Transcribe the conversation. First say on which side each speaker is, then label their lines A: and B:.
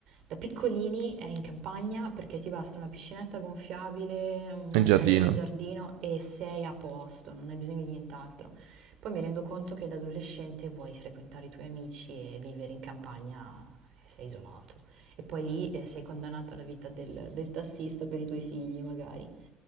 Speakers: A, on the right (about 70°); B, on the right (about 85°).
A: Da piccolini è in campagna perché ti basta una piscinetta gonfiabile, un'altalena
B: E Il giardino.
A: in giardino e sei a posto, non hai bisogno di nient'altro. Poi mi rendo conto che da adolescente vuoi frequentare i tuoi amici e vivere in campagna eh, sei isolato. E poi lì eh, sei condannato alla vita del, del tassista per i tuoi figli, magari.